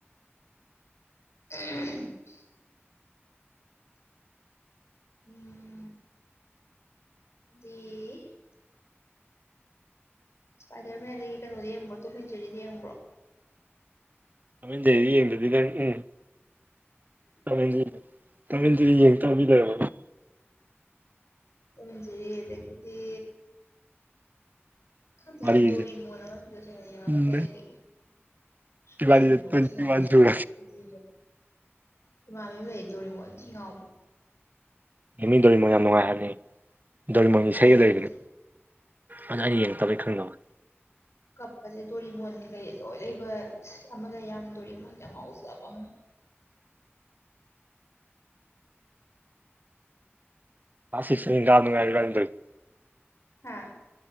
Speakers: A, on the left; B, on the right.
A: ꯎꯝ ꯎꯝ ꯖꯦ ꯏꯁꯄꯥꯏꯗꯔ ꯃꯦꯟꯗꯒꯤ ꯀꯩꯅꯣꯗ ꯌꯦꯡꯕꯔꯣ ꯇꯣꯝ ꯑꯦꯟ ꯖꯦꯔꯤꯗꯤ ꯌꯦꯡꯕ꯭ꯔꯣ
B: ꯇꯣꯝ ꯑꯦꯟ ꯖꯦꯔꯤ ꯌꯦꯡꯗꯔꯗꯤ ꯀꯩ ꯎꯝ Tom and Jerry Tom and Jerry ꯌꯦꯡꯉꯛꯇꯕ ꯃꯤ ꯂꯩꯔꯝꯒꯅꯤ
A: ꯇꯣꯝ ꯑꯦꯟ ꯖꯦꯔꯤ ꯑꯗꯒꯤꯗꯤ ꯈꯪꯗꯦ
B: ꯋꯥꯔꯤꯁꯦ
A: ꯗꯣꯔꯤꯃꯣꯟ ꯑꯃꯗꯤ ꯇꯁꯦꯡꯅ ꯌꯦꯡꯉꯛꯇꯦ
B: ꯎꯝ
A: ꯑꯩꯗꯤ ꯃꯤꯗꯤ
B: ꯏꯕꯥꯅꯤꯁꯦ
A: ꯗꯣꯔꯤꯃꯣꯟ
B: ꯇ꯭ꯋꯦꯟꯇꯤ
A: ꯊꯤ ꯉꯥꯎꯅꯩ
B: ꯋꯥꯟ ꯁꯨꯔꯦ
A: ꯑꯩꯗꯤ ꯏꯃꯥꯟꯅꯕꯤ ꯑꯃ ꯂꯩꯌꯦ ꯗꯣꯔꯤꯃꯣꯟ ꯊꯤ ꯉꯥꯎꯕ
B: ꯍꯦꯃꯤꯟ ꯗꯣꯔꯤꯃꯣꯟ ꯌꯥꯝ ꯅꯨꯡꯉꯥꯏ ꯍꯥꯏꯕꯅꯤ ꯗꯣꯔꯤꯃꯣꯟꯒꯤ
A: ꯍꯥꯏ
B: ꯏꯁꯩꯒ
A: ꯑꯗꯨꯕꯨꯗꯤ
B: ꯂꯩꯕꯅꯦ ꯑꯗꯣ ꯑꯩꯗꯤ ꯌꯦꯡꯉꯛꯇꯕꯩ ꯈꯪꯗꯋꯥꯅꯤ
A: ꯀꯞꯀꯖꯦ ꯗꯣꯔꯤꯃꯣꯟꯒꯤ ꯀꯩ ꯂꯣꯏ ꯂꯩꯕ ꯑꯃ ꯂꯩ ꯌꯥꯝ ꯗꯣꯔꯤꯃꯣꯟꯗ ꯌꯥꯝ ꯉꯥꯎꯖꯕ ꯑꯃ
B: ꯀ꯭ꯂꯥꯁ ꯁꯤꯛꯁ ꯁꯥꯚꯦꯟ ꯀꯥꯕꯗꯨ ꯉꯥꯏꯔꯦ ꯏꯕꯥꯅꯤ ꯇꯧꯔꯤꯖꯦ
A: ꯍꯥ